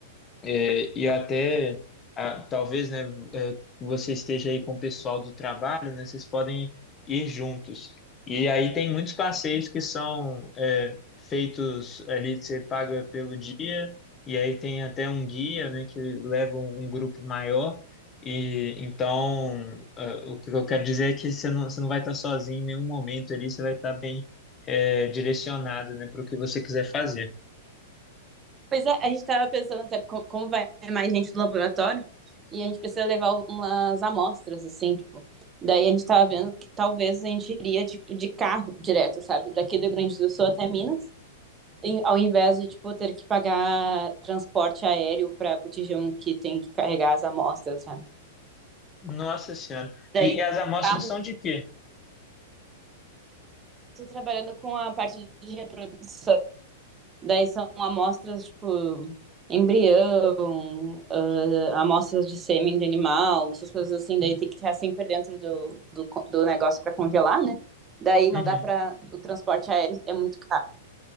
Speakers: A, on the left; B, on the right.
A: É, e até, ah, talvez, né, é, você esteja aí com o pessoal do trabalho, né, vocês podem ir juntos. E aí tem muitos passeios que são é, feitos ali, você paga pelo dia, e aí tem até um guia, né, que leva um, um grupo maior. E então, ah, o que eu quero dizer é que você não, você não vai estar sozinho em nenhum momento ali, você vai estar bem é, direcionado, né, para o que você quiser fazer.
B: Pois é, a gente estava pensando até co- como vai mais gente do laboratório e a gente precisa levar umas amostras, assim, tipo. Daí a gente estava vendo que talvez a gente iria, tipo, de carro direto, sabe? Daqui do Rio Grande do Sul até Minas, em- ao invés de, tipo, ter que pagar transporte aéreo para botijão que tem que carregar as amostras, sabe?
A: Nossa Senhora.
B: Daí,
A: E, e as amostras
B: carro,
A: são de quê?
B: tô trabalhando com a parte de reprodução Daí são amostras, tipo, embrião, ah, amostras de sêmen de animal, essas coisas assim. Daí tem que estar sempre dentro do, do, co- do negócio para congelar, né? Daí não
A: Uhum,
B: dá para. O transporte aéreo é muito caro